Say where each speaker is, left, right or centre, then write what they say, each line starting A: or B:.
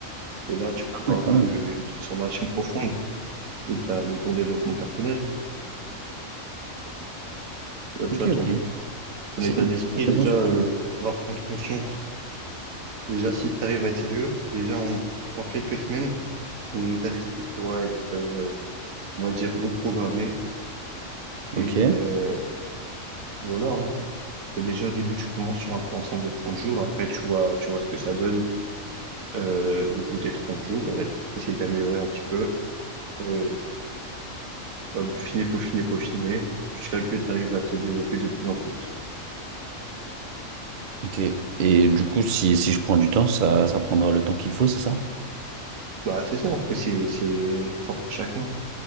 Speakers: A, on the right; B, on the right.
A: Et là, tu pourras
B: Ah ouais,
A: avoir
B: quand même.
A: euh, une transformation profonde de ta, de ton développement personnel. Euh, tu
B: Ok,
A: vois, ton,
B: ok.
A: ton
B: C'est
A: état
B: hyper
A: d'esprit,
B: intéressant
A: déjà,
B: ce
A: euh,
B: que tu me dis.
A: va prendre conscience Déjà, si tu arrives à être sérieux, déjà en, en quelques semaines, mon état d'esprit pourra être, euh, on va dire, reprogrammé.
B: Ok,
A: Et euh, voilà. hein. Et déjà au début, tu commences sur un plan simple de 30 jours. Après, tu vois, tu vois ce que ça donne euh, au bout des 30 jours. Et t'essaies d'améliorer un petit peu, euh, bah, peaufiner, peaufiner, peaufiner, jusqu'à que tu arrives à te développer de plus en plus.
B: ok. Et du coup, si, si je prends du temps, ça, ça prendra le temps qu'il faut, c'est ça?
A: Bah, c'est ça. Après, c'est, c'est propre à chacun.